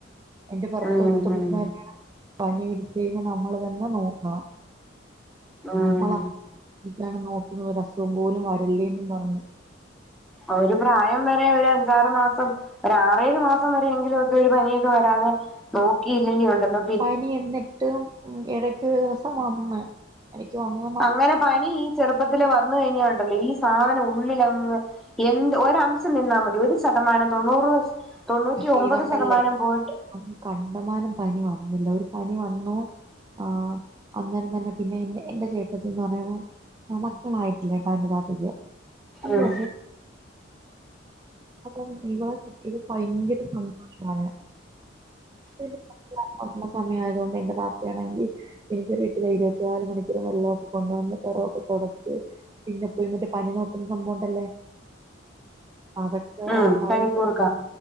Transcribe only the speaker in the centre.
ഉം
ഉം
ഉം
അഒര് പ്രായം വെരെ ഒര് അഞ്ചാറ് മാസം ഒര് ആറേ ഏഴ് മാസം വേരെയങ്കിലും. ഒരു പനിയൊക്കെ വരാതെ നോക്കിയില്ലെങ്കിലുണ്ടല്ലോ
അങ്ങനെ പനി ഈ ചെറുപ്പത്തില് വന്ന് കഴിഞ്ഞാഉണ്ടല്ലോ ഈ സാധനം ഉള്ളിലങ്ങ്, എന്ത്? ഒരംശം നിന്നാമതി ഒരു ശതമാനം തൊണ്ണൂറ് തൊണ്ണൂറ്റി
ഒമ്പത്
ശതമാനം പോയിട്ട്
ഉം
ഉം
പനിക്കൂർക്ക